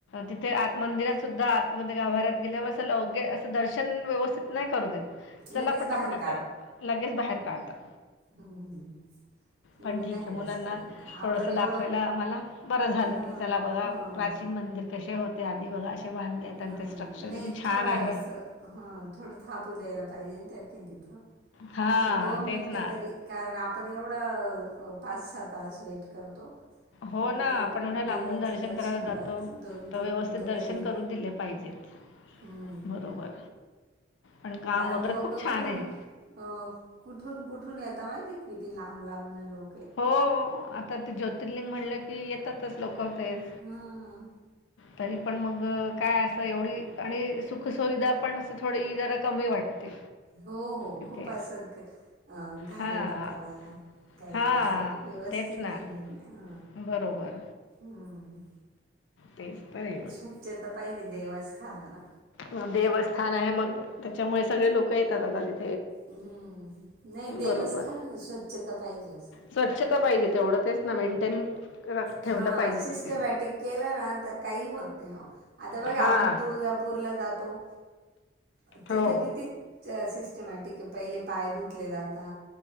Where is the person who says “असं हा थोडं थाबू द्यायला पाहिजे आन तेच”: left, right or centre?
Right